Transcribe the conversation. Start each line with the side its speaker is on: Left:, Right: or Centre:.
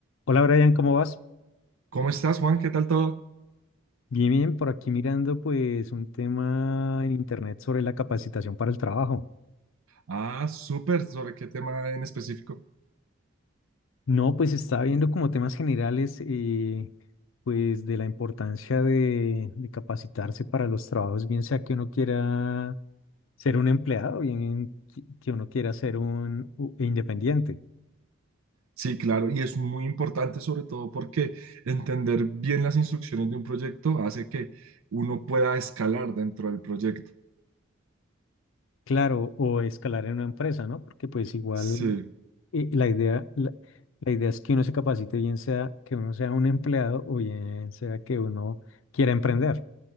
Left: Hola Brian, ¿cómo vas?
Right: ¿Cómo estás, Juan? ¿Qué tal todo?
Left: Bien, bien, por aquí mirando pues un tema en internet sobre la capacitación para el trabajo.
Right: Ah, súper. ¿Sobre qué tema en específico?
Left: No, pues estaba viendo como temas generales eh, pues de la importancia de, de capacitarse para los trabajos, bien sea que uno quiera ser un empleado, bien que que uno quiera ser un u- independiente.
Right: Sí, claro, y es muy importante sobre todo porque entender bien las instrucciones de un proyecto hace que uno pueda escalar dentro del proyecto.
Left: Claro, o escalar en una empresa, ¿no? Porque pues igual
Right: Sí.
Left: eh, la idea, la, la idea es que uno se capacite, bien sea que uno sea un empleado o bien sea que uno quiera emprender.